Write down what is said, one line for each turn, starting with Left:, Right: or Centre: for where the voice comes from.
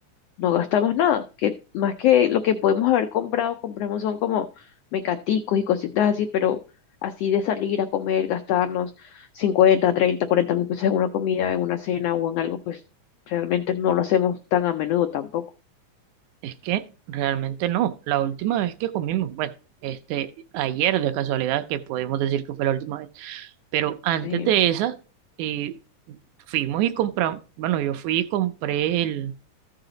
Left: no gastamos nada, que más que lo que podemos haber comprado, compramos son como mecaticos y cositas así, pero así de salir a comer, gastarnos cincuenta treinta cuarenta mil pesos en una comida, en una cena o en algo, pues realmente no lo hacemos tan a menudo tampoco.
Right: Es que realmente no. La última vez que comimos, bueno, este, ayer de casualidad, que podemos decir que fue la última vez, pero antes
Left: Sí.
Right: de esa, eh, fuimos y compramos, bueno, yo fui y compré el,